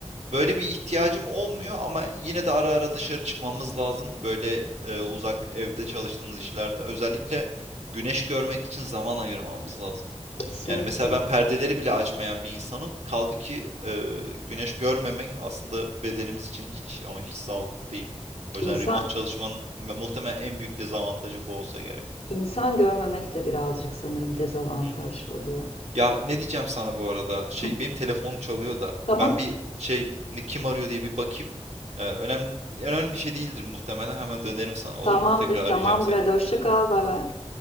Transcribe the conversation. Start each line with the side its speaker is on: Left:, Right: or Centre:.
Right: böyle bir ihtiyacım olmuyor ama yine de ara ara dışarı çıkmamız lazım böyle e, uzak evde çalıştığımız işlerde özellikle güneş görmek için zaman ayırmamız lazım.
Left: kesinlikle.
Right: Yani mesela ben perdeleri bile açmayan bir insanım. Kaldı ki e, güneş görmemek aslında bedenimiz için hiç ama hiç sağlıklı değil. O yüzden
Left: İnsan
Right: remote çalışmanın me- muhtemelen en büyük dezavantajı bu olsa gerek.
Left: insan görmemek de birazcık sanırım dezavantaj
Right: Hı hı.
Left: oluyor.
Right: Ya ne diyeceğim sana bu arada? Şey
Left: Hı,
Right: benim telefonum çalıyor da
Left: Tamam.
Right: ben bir şey ni- kim arıyor diye bir bakayım. E, önemli önemli bir şey değildir muhtemelen. Hemen dönerim sana olur
Left: Tamamdır,
Right: mu? Tekrar arayacağım
Left: tamamdır.
Right: seni.
Left: Hadi hoşça kal. Bay bay.